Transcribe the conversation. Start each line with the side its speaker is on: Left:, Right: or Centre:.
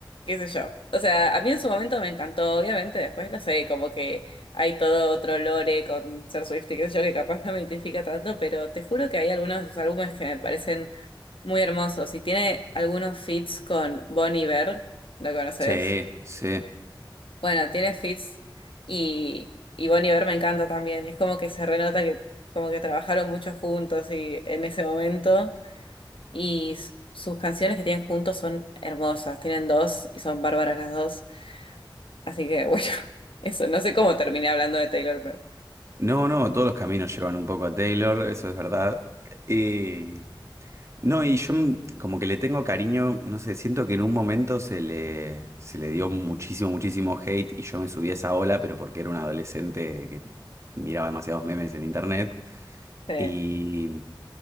Left: qué sé yo. O sea, a mí en su momento me encantó, obviamente, después lo sé, como que hay todo otro lore con ser Swift y qué sé yo, que capaz no me identifica tanto, pero te juro que hay algunos de sus álbumes que me parecen muy hermosos. Y tiene algunos feats con Bon Iver, ¿lo conoces?
Right: Sí, sí. sí.
Left: Bueno, tiene feats y, y Bon Iver me encanta también. Es como que se renota que como que trabajaron mucho juntos y en ese momento. Y s- sus canciones que tienen juntos son hermosas. Tienen dos y son bárbaras las dos. Así que bueno, <laughs> eso. No sé cómo terminé hablando de Taylor, pero
Right: No, no, todos los caminos llevan un poco a Taylor, eso es verdad. Y No, y yo mm, como que le tengo cariño, no sé, siento que en un momento se le, se le dio muchísimo, muchísimo hate y yo me subí a esa ola, pero porque era un adolescente que miraba demasiados memes en internet.
Left: sí,
Right: Y,